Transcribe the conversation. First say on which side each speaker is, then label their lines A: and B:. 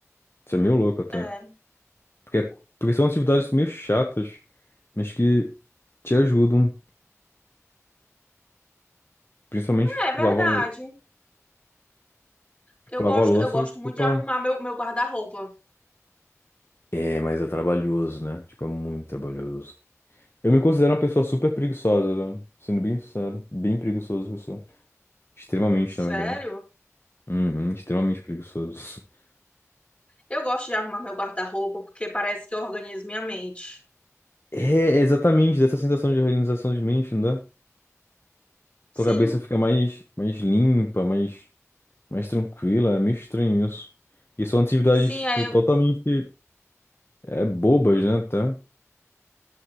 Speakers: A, on the left; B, on the left.
A: Isso é meio louco até.
B: É,
A: Porque, porque são atividades meio chatas, mas que te ajudam, principalmente tipo,
B: é verdade.
A: lavar, lou- tipo,
B: Eu
A: lavar
B: gosto,
A: louça,
B: eu gosto muito
A: opa.
B: de arrumar meu, meu guarda-roupa.
A: É, mas é trabalhoso, né? Tipo, é muito trabalhoso. Eu me considero uma pessoa super preguiçosa, velho. Sendo bem sincero. Bem preguiçoso, eu sou. Extremamente,
B: Sério?
A: na verdade. Uhum, extremamente preguiçoso. <laughs>
B: Eu gosto de arrumar meu guarda-roupa porque parece que eu organizo minha mente.
A: É, exatamente, dessa sensação de organização de mente, não dá?
B: Sim,
A: Tua cabeça fica mais, mais limpa, mais, mais tranquila. É meio estranho isso. E são atividades,
B: sim,
A: tipo,
B: aí eu-
A: totalmente é, bobas, né, tá?